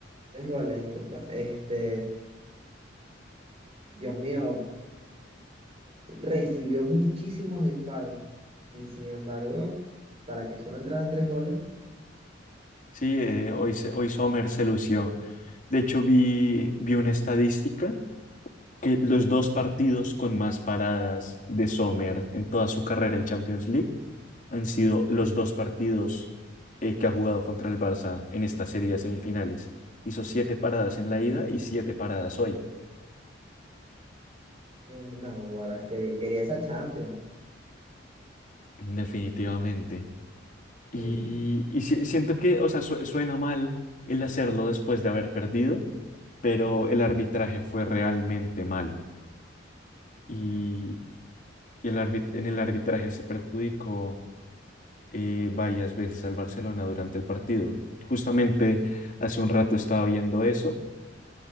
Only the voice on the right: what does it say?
Tres goles, disculpa. Este, Dios mío. recibió muchísimos disparos y sin embargo, para que solo entraran tres goles,
eh, no, Guara, quería, quería esa Champions.
Y,